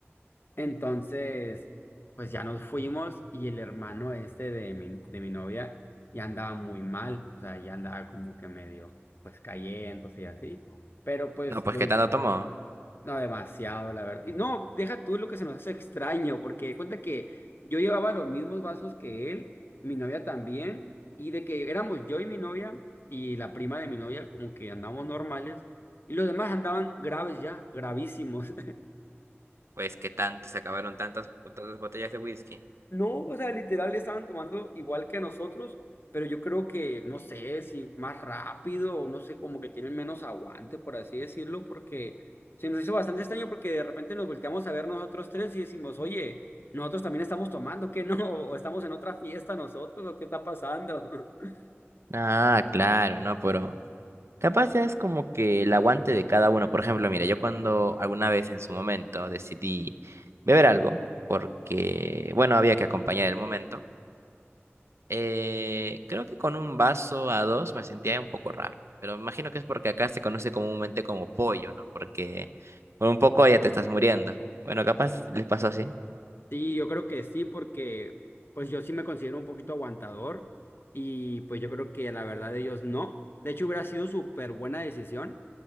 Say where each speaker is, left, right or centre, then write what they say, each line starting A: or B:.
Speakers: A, on the left (about 55°); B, on the right (about 75°).
A: Entonces, pues ya nos fuimos y el hermano este de mi, de mi novia ya andaba muy mal, o sea, ya andaba como que medio, pues cayendo y así, pero pues
B: No, pues
A: lo,
B: ¿qué tanto tomó?
A: no, demasiado, la verdad. Y no, deja tú lo que se nos hace extraño, porque de cuenta que yo llevaba los mismos vasos que él, mi novia también, y de que éramos yo y mi novia y la prima de mi novia, como que andábamos normales, y los demás andaban graves ya, gravísimos.
B: Pues que tanto se acabaron tantas, tantas botellas de whisky.
A: No, o sea, literal estaban tomando igual que nosotros, pero yo creo que, no sé, si más rápido o no sé, como que tienen menos aguante, por así decirlo, porque se nos hizo bastante extraño porque de repente nos volteamos a ver nosotros tres y decimos, oye, nosotros también estamos tomando, ¿qué no? <laughs> ¿O estamos en otra fiesta nosotros? ¿O qué está pasando? <laughs>
B: Ah, claro, no, pero capaz ya es como que el aguante de cada uno. Por ejemplo, mira, yo cuando alguna vez en su momento decidí beber algo, porque, bueno, había que acompañar el momento, eh, creo que con un vaso a dos me sentía un poco raro, pero imagino que es porque acá se conoce comúnmente como pollo, ¿no? Porque con un poco ya te estás muriendo. Bueno, capaz les pasó así.
A: Sí, yo creo que sí, porque pues yo sí me considero un poquito aguantador y pues yo creo que la verdad ellos no. De hecho, hubiera sido súper buena decisión